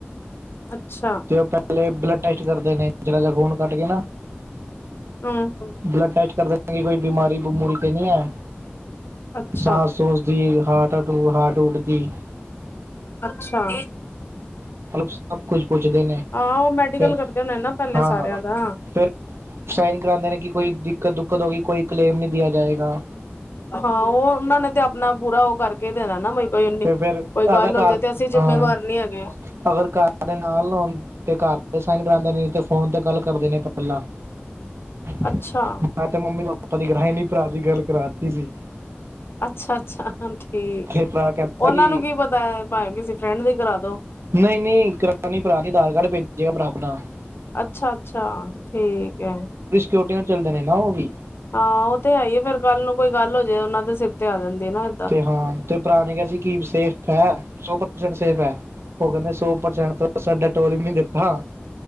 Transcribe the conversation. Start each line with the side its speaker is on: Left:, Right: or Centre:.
Left: ਅੱਛਾ।
Right: ਤੇ ਔ ਪੈਲੈ ਬਲੱਡ ਟੈਸਟ ਕਰਦੇ ਨੇ ਜਰਾ ਜਾ ਖੂਨ ਕੱਢ ਕੇ ਨਾ
Left: ਅੰ ਹੁੰ।
Right: ਬਲੱਡ ਟੈਸਟ ਕਰ ਦੇਨੇ, ਕਿ ਕੋਈ ਬਿਮਾਰੀ-ਬਮੂਰੀ ਤੇ ਨੀਐ।
Left: ਅੱਛਾ
Right: ਸਾਫ ਸੋਚਦੀ ਹਾਟ ਟੂ ਹਾਟ-ਹੁਟ ਦੀ।
Left: ਅੱਛਾ।
Right: ਮਤਲਬ ਸਭ ਕੁਝ ਪੁੱਛਦੇ ਨੇ
Left: ਆ, ਔ ਮੈਡੀਕਲ
Right: ਫਿਰ
Left: ਕਰਦੇ ਹੋਣੇ ਨਾ ਪੈਲੇ
Right: ਹਾਂ
Left: ਸਾਰਿਆਂ ਦਾ।
Right: ਫਿਰ ਸਾਈਨ ਕਰਾਂਦੇ ਨੇ ਕਿ ਕੋਈ ਦਿੱਕਤ-ਦੁਕੱਤ ਹੋ ਗਈ, ਕੋਈ ਕਲੇਮ ਨਹੀ ਦੀਆ ਜਾਏਗਾ।
Left: ਹਾਂ, ਔ ਔਨਾਂ ਨੇ ਤੇ ਆਪਣਾ ਪੂਰਾ ਉਹ ਕਰਕੇ ਦੇਣਾ ਨਾ, ਬਈ ਕੋਈ ਨੀ,
Right: ਤੇ ਫਿਰ
Left: ਕੋਈ ਗੱਲ
Right: ਅਗਰ
Left: ਹੋ
Right: ਘਰ
Left: ਜੇ, ਤੇ ਅਸੀ ਜਿਮੇਵਾਰ
Right: ਹਾਂ
Left: ਨੀ ਹੈਗੇ।
Right: ਅਗਰ ਕਰ ਦੇ ਨਾਲ ਆ, ਤੇ ਕਰ ਦੇ ਸਾਈਨ ਕਰਾਉਦੇ ਨੇ, ਤੇ ਫੋਨ ਤੇ ਗੱਲ ਕਰਦੇ ਨੇ ਪੈਲਾਂ। <inaudible>
Left: ਅੱਛਾ
Right: ਮੈ ਤੇ ਮੰਮੀ ਪਾਪਾ ਦੀ ਕਰਾਈ ਨਈਂ ਪਰਾ ਦੀ ਗੱਲ ਕਰਾਤੀ ਸੀ।
Left: ਅੱਛਾ-ਅੱਛਾ, ਠੀਕ
Right: ਤੇ
Left: ਏ
Right: ਭਰਾ ਕਹਿੰਦਾ
Left: ਔਨਾਂ
Right: ਕਿ
Left: ਨੂੰ ਕੀ ਪਤਾਏ, ਪਾਏ ਕਿਸੇ ਫਰੈਂਡ ਦੀ ਕਰਾ ਦੋ।
Right: ਨਈ-ਨਈ, ਕਰਾਣੀ ਪਰਾ ਨੀ ਆਦਾਰ ਕਾਡ ਪੇਜੇਗਾ ਪਰਾ ਅਪਣਾ।
Left: ਅੱਛਾ-ਅੱਛਾ, ਠੀਕੇ।
Right: ਜੋਟੀਆਂ ਚੱਲਦੇ ਨੇ ਨਾ ਉਵੀ।
Left: ਆਂ, ਓਤੇ ਹੀਏ ਫੇਰ ਕਲ ਨੂੰ ਕੋਈ ਗੱਲ ਹੋਜੇ ਉਨਾ ਦੇ ਸਿਰ ਤੇ ਆ ਜਾਂਦੀ ਏਨਾ।
Right: ਤੇ ਹਾਂ, ਤੇ ਪਰਾ ਨੇ ਕੇਯਾ ਸੀ ਕਿ ਸੇਫ ਹੈ, ਸੌ ਪਰਸੈਟ ਸੇਫ ਹੈ? ਓ ਕੈਂਦੇ, ਸੌ ਪ੍ਰਸੈਂਟ ਤੋਂ ਸਾਡਾ ਟੋਲ ਵੀ ਨਈ ਦਿੱਤਾ।